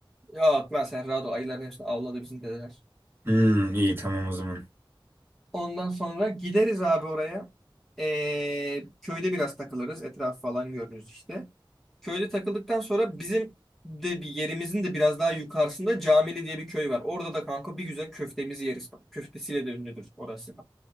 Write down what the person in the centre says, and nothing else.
ya lan sen rahat ol. Ayıların hepsini avladı bizim dedeler.
Ondan sonra gideriz abi oraya. Ee, köyde biraz takılırız. Etraf falan görürüz işte. Köyde takıldıktan sonra bizim de bir yerimizin de biraz daha yukarısında Camili diye bir köy var. Orada da kanka bir güzel köftemizi yeriz. Bak köftesiyle de ünlüdür orası.